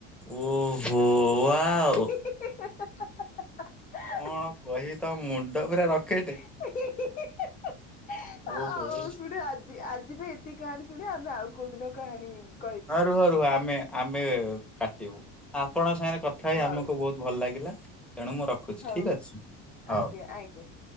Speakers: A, in the centre; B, on the left.
A: ଓହୋ ୱାଓ!
B: ହିଁ ହିଁ ହିଁ ହାଁ ହାଁ ହାଁ ହାଁ ହାଁ
A: କଣ କହିବି ତମ ମୁଣ୍ଡ ପୁରା ରକେଟେ।
B: ହିଁ ହିଁ ହିଁ ଆଉ
A: ଓହୋ।
B: ଶୁଣିବ ଆଜି ଆଜି ପାଇଁ ଏତିକି କାହାଣୀ ଶୁଣିବ ନା ଆଉ କୋଉ ଦିନ କାହାଣୀ ହେବ
A: ହଁ ରୁହ ରୁହ ଆମେ ଆମେ କାଟିବୁ ଆପଣଙ୍କ ସାଙ୍ଗରେ କଥା ହେଇ
B: ହଉ
A: ଆମକୁ ବହୁତ ଭଲ ଲାଗିଲା ତେଣୁ ମୁଁ ରଖୁଛି
B: ହଉ
A: ଠିକ ଅଛି ହଉ
B: ଆଜ୍ଞା ଆଜ୍ଞା।